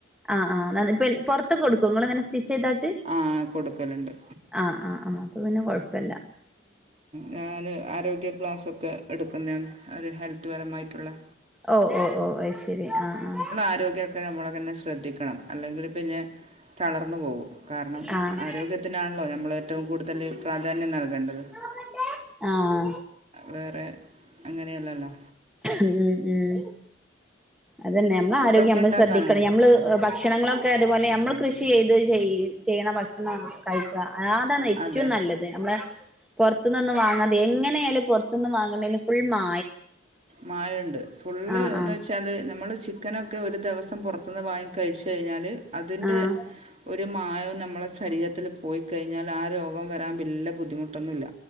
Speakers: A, in the centre; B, on the right.
A: ആഹ് ആഹ് അതെ പുറത്തൊക്കെ കൊടുക്കും നിങൾ എങ്ങനെ സ്റ്റിച്ച് ചെയ്താട്ട്
B: ആ കൊടുക്കലുണ്ട്
A: ആഹ് ആഹ് അപ്പൊ പിന്നെ കുഴപ്പില
B: ഞാന് ആരോഗ്യ ക്ലാസ്സൊക്കെ എടുക്കുന്നണ് ഒരു ഹെൽത്ത്പരമായിട്ടുളെ
A: ഓഹ് ഓഹ് ഓഹ് അയു ശരി അഹ് അഹ്
B: ആരോഗ്യ ഒക്കെ നമ്മള തന്നെ ശ്രദ്ധിക്കണം അല്ലെങ്കിൽ പിന്നെ തളർന്നു പോകും കാരണം
A: ആഹ് ആഹ്
B: ആരോഗ്യത്തിനാണല്ലോ നമ്മൾ ഏറ്റവും കൂടുതൽ പ്രാധാന്യം നൽകേണ്ടത്
A: നോക്കട്ടെ അഹ്
B: വേറെ അങ്ങനെയല്ലല്ലോ
A: ഉം ഉം അതന്നെ നമ്മള്
B: ഫുഡൊക്കെ
A: ആരോഗ്യം നമ്മള്
B: ഉണ്ടാക്കാനാണ്
A: ശ്രദ്ധിക്കണം നമ്മള് ഭക്ഷ ക്ഷണങ്ങളൊക്കെ അതുപോലെ നമ്മൾ കൃഷി ചെയ്ത് ചെയ ചെയ്യണ ഭക്ഷണം കഴിക്ക അ അതാണ് ഏറ്റവും
B: അതെ
A: നല്ലത് നമ്മളെ പുറത്തു നിന്ന് വാങ്ങാതെ എങ്ങനെയാലും പുറത്തു നിന്ന് വാങ്ങനെനു ഫുൾ മാ
B: മായുണ്ട് ഫുള്ള്
A: ആഹ്
B: എന്നു
A: ആഹ്
B: വെ ച്ചാൽ നമ്മൾ ചിക്കൻകെ ഒരു ദിവസം പുറത്തു നിന്ന് വാങ്ങി കഴിച്ചു കഴിഞ്ഞാൽ അതിന്റെ
A: ആഹ്
B: ഒരു മായം നമ്മളുടെ ശരീരത്തില് പോയിക്കഴിഞ്ഞാല് ആ രോഗം വരാൻ വലിയ ബുദ്ധിമുട്ടൊന്നില്ല